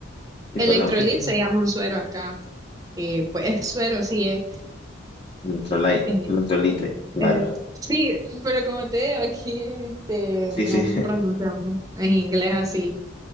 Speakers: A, on the left (about 25°); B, on the right (about 20°).
A: Sí,
B: Electrolit
A: perdón. <laughs>
B: se llama un suero acá, que pues es suero, sí, es,
A: Electrolite,
B: es-
A: electrolite, claro.
B: es- sí, pero como te digo, aquí este,
A: Sí,
B: no
A: sí.
B: pronunciamos en inglés
A: <laughs>
B: así,